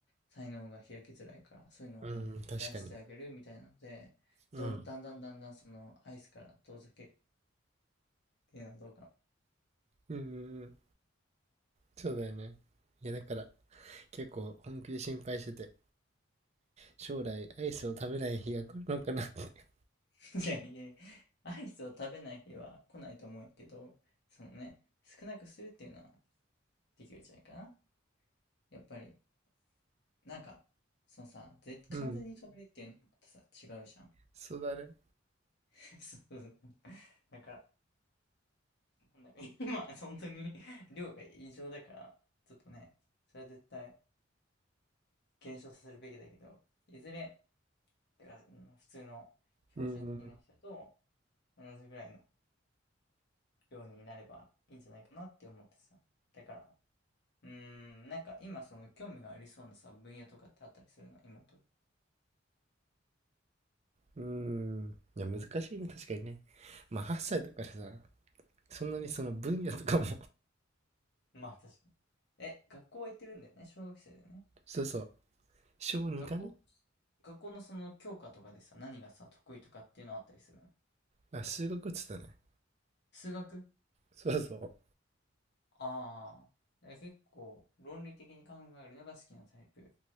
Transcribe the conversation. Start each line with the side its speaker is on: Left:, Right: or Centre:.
Left: 才能が開きづらいから、そういうのをやらせてあげるみたいなので、
Right: うん、確かに。うん。
Left: どん、だんだんだんだんそのアイスから遠ざけるっていうのはどうかな。
Right: うんうんうん。そうだよね。いや、だから、結構本気で心配してて、将来アイスを食べない日が来るのかなって。
Left: <laughs> いやいやいや、アイスを食べない日は来ないと思うけど、そのね、少なくするっていうのはできるんじゃないかな。やっぱり、なんか、そのさ、ぜ、完全に飛べるっていうのもまたさ、
Right: うん。
Left: 違うじゃん。
Right: そうだね。
Left: <laughs> そうそうそう。だから、なんだろう、<laughs> 今、本当に <laughs> 量が異常だから、ちょっとね、それは絶対減少させるべきだけど、いずれ、だからうん普通の標準的な人と
Right: うん、
Left: 同じぐらいの量になればいいんじゃないかなって思ってさ。だから、うーん、なんか今その興味がありそうなさ、分野とかってあったりするの、妹が。
Right: うん、うん。いや、難しいね、確かにね。まあ、8歳だからさ、そんなにその分野とかも
Left: まあ確かに。え、学校は行ってるんだよね。小学生だよね。
Right: <laughs> そうそう、小2かな
Left: 学校、学校のその教科とかでさ、何がさ、得意とかっていうのあったりするの
Right: あ、数学っつったね。
Left: 数学
Right: そうそ
Left: ああー。え結構、論理的に考えるのが好きなタイプ。